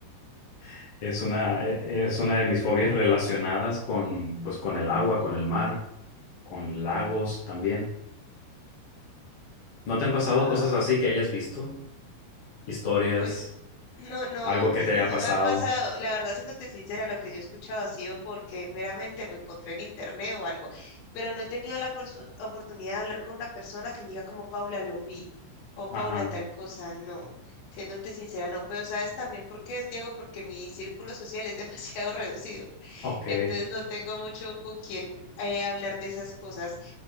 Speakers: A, on the left; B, on the left.
A: <laughs> es una, eh, es una de mis fobias relacionadas con, pues, con el agua, con el mar, con lagos también. ¿No te han pasado
B: Wow.
A: cosas así que hayas visto? Historias,
B: Pues No, no,
A: algo que
B: <clears throat>
A: te haya pasado.
B: no me ha pasado. La verdad, siéndote sincera, lo que yo he escuchado ha sido porque meramente lo encontré en internet o algo, pero no he tenido la porso- oportunidad de hablar con una persona que me diga como Paula lo vi o Paula
A: Ajá.
B: tal cosa, no. Siéndote sincera, no, pero sabes también por qué es Diego, porque mi círculo social es demasiado <laughs> reducido,
A: Ok.
B: entonces no tengo mucho con quien eh, hablar de esas cosas,